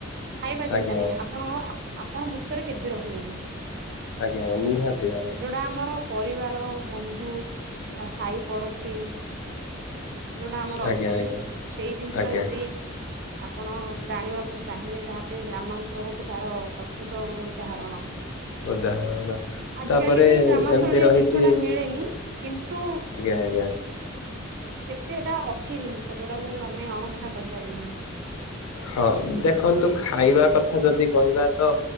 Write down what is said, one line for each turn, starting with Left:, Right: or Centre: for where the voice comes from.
Right: ଖାଇବା ଚିନ୍ତା
Left: ଆଜ୍ଞା
Right: ନାହିଁ
Left: ଆଜ୍ଞା
Right: ଆପଣଙ୍କ ଆପଣ ଭୋକରେ କେବେ ରହିବେନି
Left: ଆଜ୍ଞା ଆଜ୍ଞା ନିହାତି ଭାବରେ
Right: ଯୋଉଟା ଆମର ପରିବାର ବନ୍ଧୁ ସାହି ପଡ଼ୋଶୀ ଯୋଉଟା ଆମର
Left: ଆଜ୍ଞା
Right: ଅଛି
Left: ଆଜ୍ଞା
Right: ସେଇ ଜିନିଷ
Left: ଆଜ୍ଞା
Right: ଟା ଯଦି ଆପଣ ଜାଣିବାକୁ ଚାହିଁବେ ତାହେଲେ ଗ୍ରାମାଞ୍ଚଳ ହଉଛି ତାର ପ୍ରକୃତ ଗୋଟେ ଉଦାହରଣ
Left: ଉଦାହରଣ
Right: ଆଜ
Left: ତାପରେ
Right: କାଲି ବି ଗ୍ରାମାଞ୍ଚଳରେ
Left: ଏମିତି ରହିଛି
Right: ଜିନିଷ ଟା ମିଳେନି କିନ୍ତୁ
Left: ଆର୍ଜ୍ଞା
Right: କେତେ ଏଟା ଅଛି ଜିନିଷ ଯୋଉଟାକୁ ଆମେ ଅଣଦେଖା କରିପାରିବାନି
Left: ହଁ ଦେଖନ୍ତୁ ଖାଇବା କଥା ଯଦି କହିବା ତ